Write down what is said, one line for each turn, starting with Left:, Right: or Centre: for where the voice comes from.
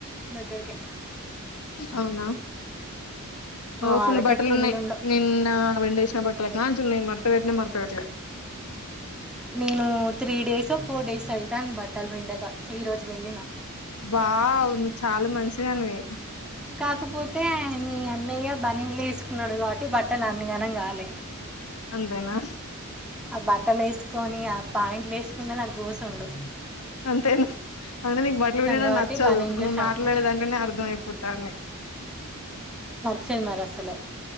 Centre: దగ్గరికే
Left: అవున
Centre: మా
Left: ఓ
Centre: వాడకి
Left: ఫుల్ బట్టలు
Centre: ఎక్కువ
Left: ఉన్నాయి
Centre: ఇల్లులు ఉండవు
Left: నిన్న పిన్డేసిన బట్టలు నా చున్ని మడ్తపెట్టిన మడ్తాపెట్టి
Centre: నేను త్రీ డేస్ ఫోర్ డేస్ అవుతాంది బట్టలు పిండక ఈ రోజు పిండిన
Left: వావ్ నువ్వు చాలా మంచి దానివి
Centre: కాకపోతే మీ అన్నయ్య బనిన్ లు వేసుకున్నాడు కాబట్టి బట్టలు అన్నిగానం కాలే
Left: అంతేనా
Centre: ఆ బట్టలు వేసుకొని ఆ పాయింట్లు వేసుకుంటే నాకు గూసుండు
Left: అంతేనా అంటే నీకు బట్టలు పిండడం
Centre: కాబట్టి
Left: నచ్చదు
Centre: బనీన్లు
Left: నువ్వు
Centre: షార్ట్లే
Left: మాట్లాడేదాంట్లానే అర్థం అయిపోతాని
Centre: చెమరస్లు